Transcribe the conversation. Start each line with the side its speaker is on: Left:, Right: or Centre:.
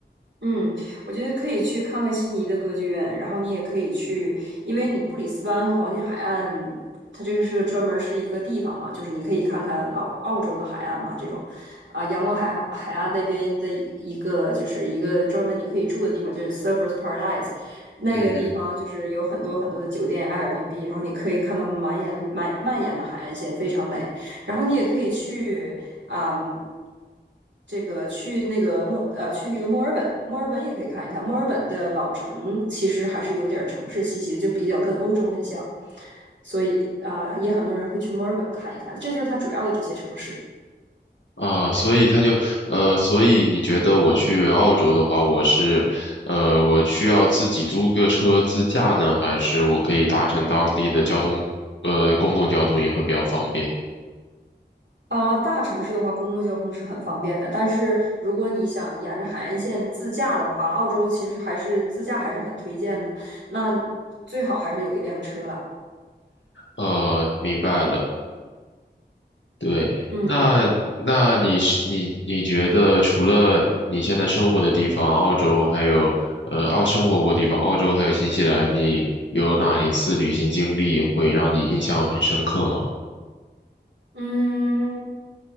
Right: 嗯，我觉得可以去看看悉尼的歌剧院，然后你也可以去，因为你布里斯班和黄金海岸，它这个是个专门儿是一个地方嘛，就是你可以看看澳澳洲的海岸嘛，这种，啊，阳光海海岸那边的一个就是一个专门你可以住的地方，就是 Surfers Paradise，那个地方就是有很多很多的酒店
Left: 嗯哼。
Right: Airbnb，然后你可以看到满眼满蔓延的海岸线，非常美。然后你也可以去啊、嗯这个去那个墨呃去那个墨尔本，墨尔本也可以看一看。墨尔本的老城其实还是有点城市气息的，就比较跟欧洲很像，所以啊、呃也很多人会去墨尔本看一看。这就是它主要的这些城市。
Left: 啊，所以他就，呃，所以你觉得我去澳洲的话，我是，呃，我需要自己租个车自驾呢，还是我可以搭乘当地的交通，呃，公共交通也会比较方便？
Right: 啊、大城市的话，公共交通是很方便的，但是如果你想沿着海岸线自驾的话，澳洲其实还是自驾还是很推荐的。那最好还是有一辆车了。
Left: 呃，明白了。对，
Right: 嗯。
Left: 那那你是你你觉得除了你现在生活的地方，澳洲还有呃澳生活过地方，澳洲还有新西兰，你有哪一次旅行经历会让你印象很深刻吗？
Right: 嗯，